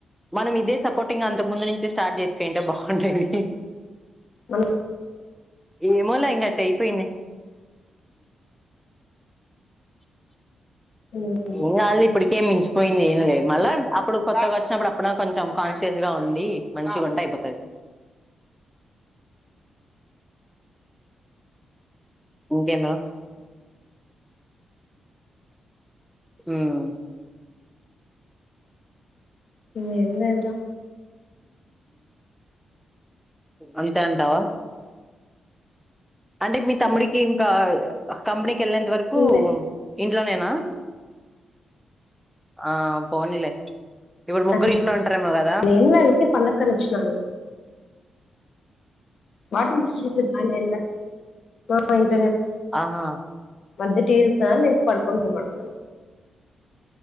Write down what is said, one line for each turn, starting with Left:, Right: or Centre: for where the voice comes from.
Centre: మనం ఇదే సపోర్టింగ్ అంతకు ముందు నుంచి స్టార్ట్ చేసుకుంటే బావుండెది
Left: మన
Centre: ఏమోలే ఇంగట్టయిపోయింది
Left: అంతే
Centre: ఇగా అది ఇప్పటికే మించి పోయింది ఏం లేదు మళ్ళా అప్పుడు కొత్తగ ఒచ్చినప్పుడు అప్పుడా కొంచెం కాన్షియస్ గా ఉండి మంచిగుంటే అయిపోతది ఇంకేందిరా మ్
Left: ఏంలేదురా
Centre: అంతే అంటావా అంటే మీ తమ్ముడికి ఇంకా కంపెనీకి ఎళ్ళంత వరకూ
Left: అంతే
Centre: ఇంట్లోనేనా ఆ పోనిలే ఇప్పుడు ముగ్గురు
Left: అట్లా
Centre: ఇంట్లో ఉంటరేమో గదా
Left: ఏం లే ఊరికే పండక్కని వచ్చినాను వాడింగ్ ఇన్స్టిట్యూట్ లొ జాయిన్ అయిండుగా <inaudible>
Centre: ఆహా
Left: వాళ్ళిద్దరూ టీవీ చూస్తారు కానీ నేను పండుకొని ఫోన్ మాట్లాడుతున్న